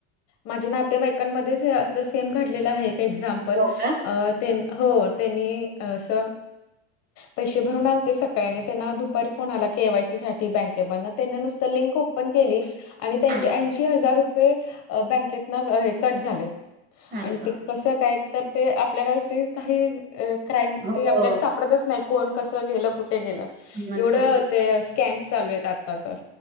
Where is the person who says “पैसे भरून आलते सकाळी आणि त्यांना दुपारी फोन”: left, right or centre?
Left